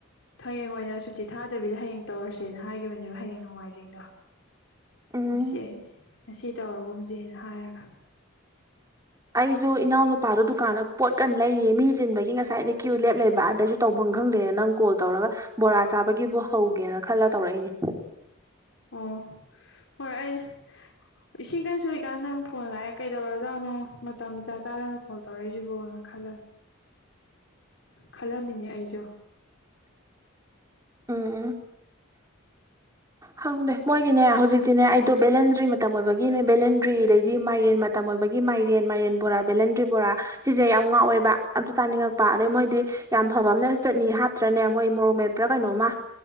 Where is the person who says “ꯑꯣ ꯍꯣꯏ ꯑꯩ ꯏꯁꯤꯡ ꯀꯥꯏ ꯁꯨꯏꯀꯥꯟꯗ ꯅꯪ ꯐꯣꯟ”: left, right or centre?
Left